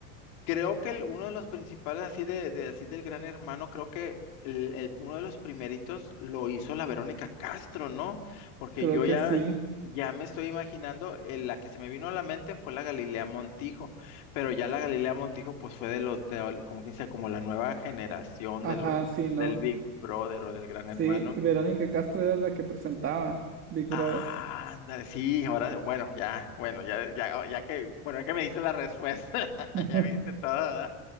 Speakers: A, on the left; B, on the right.
A: creo que el- uno de los principales así de, de así del Gran Hermano, creo que el- el- uno de los primeritos lo hizo la Verónica Castro, ¿no? Porque
B: Creo
A: yo
B: que
A: ya
B: sí.
A: ya me estoy imaginando, eh, la que se me vino a la mente fue la Galilea Montijo, pero ya la Galilea Montijo pues fue de los de al- como quien sea, como la nueva generación
B: Ajá,
A: de los
B: sí, no.
A: del Big Brother o del Gran
B: Sí,
A: Hermano.
B: Verónica Castro era la que presentaba Big Brother.
A: Ah, ándale, sí, ahora, bueno, ya, bueno, ya, ya, oh, ya que, bueno, ya que me diste la respuesta, <laughs>
B: <laughs>
A: ya me diste todo, ¿verdad?